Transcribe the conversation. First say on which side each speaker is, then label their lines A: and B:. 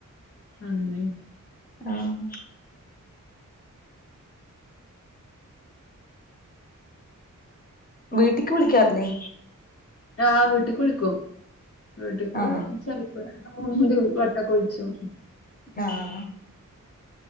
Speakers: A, on the left (about 50°); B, on the left (about 25°).
A: അങ്ങനെ
B: ആഹ് വീട്ടിക്ക് വിളിക്കാറില്ലേ
A: ആഹ് വീട്ടക്ക് വിളിക്കും വീട്ടക്ക്
B: ആ
A: ചെല <unintelligible> വട്ടക്കൊഴിച്ചു
B: ആഹ്